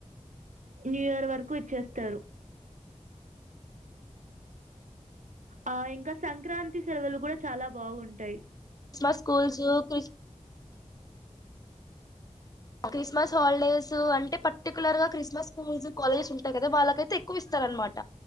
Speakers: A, on the right (about 90°); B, on the left (about 30°).
A: న్యూ ఇయర్ వరకు ఇచ్చేస్తారు.
B: అ..
A: ఆ ఇంకా సంక్రాంతి సెలవలు కూడా చాలా బాగుంటయి.
B: Christmas schools Chris. Christmas holidays అంటే పర్టికులర్ గా క్రిస్మస్ స్కూల్స్ కాలేజెస్ ఉంటాయి కదా వాళ్ళకైతే ఎక్కువ ఇస్తరన్నమాట.